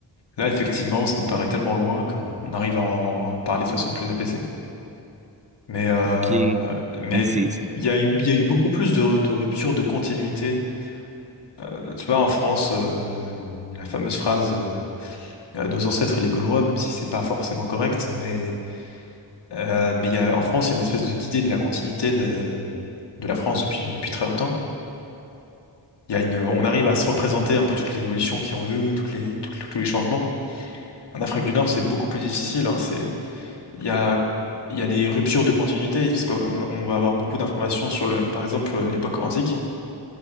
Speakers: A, on the left; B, on the right.
A: Là, effectivement, ça nous paraît tellement loin qu'on on arrive à en à en parler de façon plus apaisée. Mais, euh,
B: OK.
A: mais
B: Donc, c'est c'est-
A: il y a eu, il y a eu beaucoup plus de, de ruptures de continuité. Euh, tu vois, en France, euh, la fameuse phrase euh, euh, Nos ancêtres et les Gaulois», même si c'est pas forcément correct, mais, euh, mais il y a, en France, il y a une espèce de- d'idée de la continuité de, de la France depuis, depuis très longtemps. Il y a une, on arrive à se représenter un peu toutes les évolutions qui ont eu, toutes les, toutes- tous les changements. En Afrique du Nord, c'est beaucoup plus difficile. hein, c'est, il y a il y a des ruptures de continuité parce qu'on on va avoir beaucoup d'informations sur le, par exemple, euh, l'époque antique.